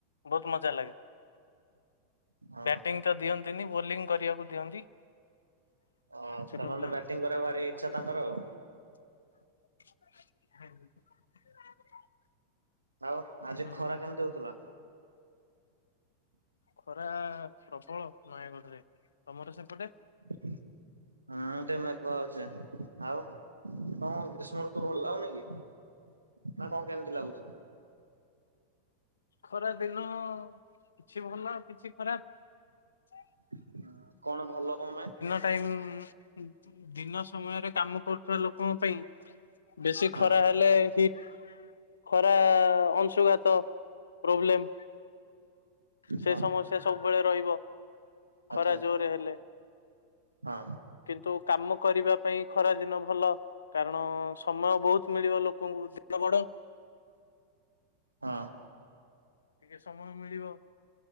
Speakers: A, on the left (about 70°); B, on the right (about 80°).
A: ବୋହୁତ ମଜା ଲାଗେ।
B: ଆଉ।
A: ବ୍ୟାଟିଂ ତ ଦିଅନ୍ତିନି ବୋଲିଂ କରିଆକୁ ଦିଅନ୍ତି।
B: ଆ ଅଁ
A: ଛୋଟ
B: ସେମାନେ
A: ପିଲାଙ୍କ
B: ତ ବ୍ୟାଟିଂ
A: ସହିତ
B: କରିଆକୁ
A: ଖେଳିବା
B: ଭାରି
A: ପାଇଁ
B: ଇଚ୍ଛା
A: ମଜା
B: ତାଙ୍କର
A: ଲାଗେ।
B: ଆଉ।
A: <unintelligible>
B: ଆଉ ଆଜି
A: ହୁଁ
B: ଖରା କେମିତି ହଉଥିଲା।
A: ଖରା ପ୍ରବଳ ନୟାଗଡରେ ତମର ସେପଟେ।
B: ହୁଁ ଟିକେ ମେଘୁଆ ହଉଛି ଆଉ। ତୁ ଭଲ ଲାଗୁନି କି ନା କଁ କେମିତି ଲାଗୁଛି।
A: ଖରା ଦିନ କିଛି ଭଲ କିଛି ଖରାପ।
B: ହଁ କଣ ଭଲ କଁ ପାଇଁ।
A: ଟାଇମ୍ ଉଁ ଦିନ ସମୟରେ କାମ କରୁଥିବା ଲୋକଙ୍କ ପାଇଁ। ବେଶୀ
B: ହଁ
A: ଖରା ହେଲେ ହିଟ ଖରା ଅଂଶୁଘାତ। ପ୍ରୋବ୍ଲେମ୍ ସେ
B: ହଁ
A: ସମସ୍ୟା ସବୁବେଳେ ରହିବ।
B: ଆଚ୍ଛା
A: ଖରା
B: ଆଚ୍ଛା
A: ଜୋରେ ହେଲେ।
B: ହଁ
A: କିନ୍ତୁ କାମ କରିବା ପାଇଁ ଖରା ଦିନ ଭଲ। କାରଣ ସମୟ ବହୁତ ମିଳିବ ଲୋକଙ୍କୁ ଦିନ ବଡ।
B: ହଁ।
A: ଟିକେ ସମୟ ମିଳିବ